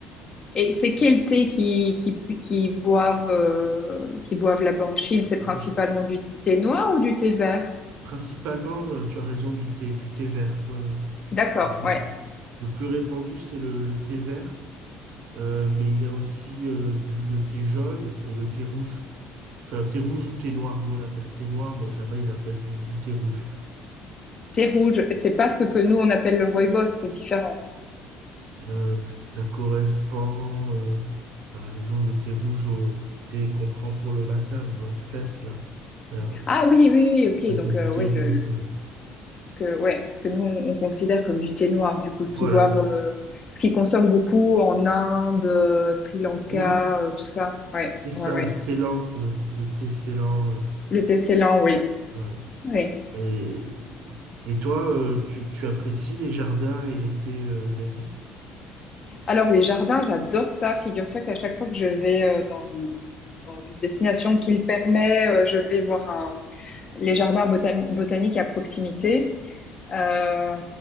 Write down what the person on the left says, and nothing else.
Et c'est quel thé qui, qui, qui boivent, euh, qui boivent là-bas en Chine? C'est principalement
du thé noir ou du thé vert?
D'accord,
ouais.
Thé rouge, c'est pas ce que nous on appelle le rooibos, c'est différent.
Ah oui, oui, oui, ok.
Donc
euh,
oui,
le,
Ce que, ouais, ce que nous, on, on considère comme du thé noir, du coup, ce
qu'ils boivent, euh, ce qu'ils consomment beaucoup en Inde, euh, Sri Lanka,
euh, tout ça. Ouais,
ouais, ouais.
Le thé Ceylan, oui.
oui
Alors, les jardins, j'adore ça. Figure-toi qu'à chaque fois que je vais euh, dans, dans une destination qui le permet, euh, je vais voir un- les jardins botani- botaniques à proximité. Euh,